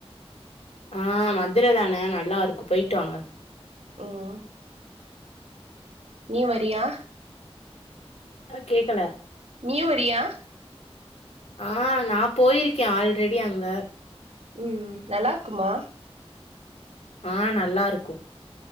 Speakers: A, on the left; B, on the right.
A: ஆ மதுர தான நல்லாருக்கு போய்ட்டு வாங்க
B: ம் நீ வறீயா
A: ஆ கேக்கல
B: நீயு வறியா
A: ஆ நா போய்ருக்கே அல்ரெடி அங்க
B: ம் நல்லாருக்குமா
A: ஆ நல்லாருக்கும்